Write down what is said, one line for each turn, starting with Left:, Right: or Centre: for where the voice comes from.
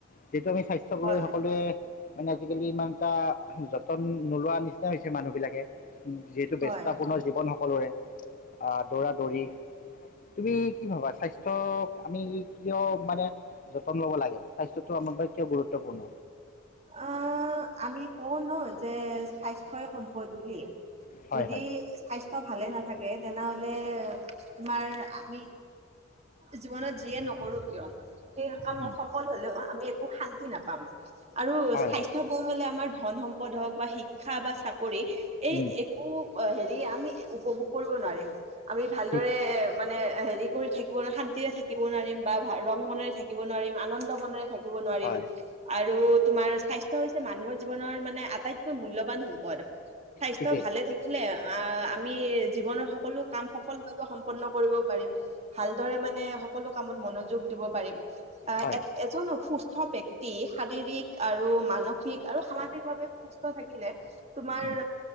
Left: যিহেতটো আমি স্বাস্থ্যক
Right: হয়
Left: লৈ সকলোৱে। মানে আজিকালি ইমান এটা যতন নোলোৱা নিচিনা হৈছে মানুহ বিলাকে। যিহেতু
Right: হয়
Left: ব্যস্ততাপূৰ্ণ জীৱন সকলোৰে, আহ দৌৰা দৌৰি। তুমি কি ভাবা স্বাস্থ্য, আমি কিয় মানে। যতন লব লাগে স্বাস্থ্যটো আমাৰ বাবে কিয় গুৰুত্বপূৰ্ণ।
Right: অ আমি কওঁ ন যে স্বাস্থ্যই সম্পদ বুলি।
Left: হয়
Right: যদি
Left: হয়
Right: স্বাস্থ্য ভালে নাথাকে তেনেহলে। তোমাৰ আমি, জীৱনত যিয়ে নকৰো কিয়। সেই কামত
Left: উম,
Right: সফল হলেও আমি একো শান্তি নাপাম, আৰু
Left: হয়
Right: স্বাস্থ্য
Left: হয়
Right: বৰ হলে আমাৰ। ধন সম্পদ হওক বা শি। স।।।।। ক্ক।।।।।।।।।।।।।।। ক্ষা বা চাকৰি, এই
Left: উম,
Right: একো। আমি উপভোগ কৰিব নোৱাৰিম, আমি ভালদৰে
Left: ঠিক
Right: মানে হেৰি কৰি থাকি শান্তিৰে থাকিব নোৱাৰিম বা ৰং মনেৰে থাকিব নোৱাৰিম আনন্দ মনেৰে থাকি ব নোৱাৰিম
Left: হয়
Right: আৰু। তোমাৰ স্বাস্থ্য হৈছে মানুহৰ জীৱনৰ মানে আটাইতকৈ মূলবান সম্পদ। স্বাস্থ্য
Left: ঠিকেই
Right: ভালে থাকিলে আহ আমি জীৱনৰ সকলো কাম সফলভাৱ সম্পন্ন। কৰিব পাৰিম ভালদৰে মানে সকলো কামত মনোযোগ দিব পাৰিম। অ
Left: হয়
Right: এজন সুস্থ। ব্যক্তি শাৰীৰিক আৰু মানসিক আৰু সামাজিকভাৱে সুস্থ থাকিলে। তুমাৰ
Left: উম,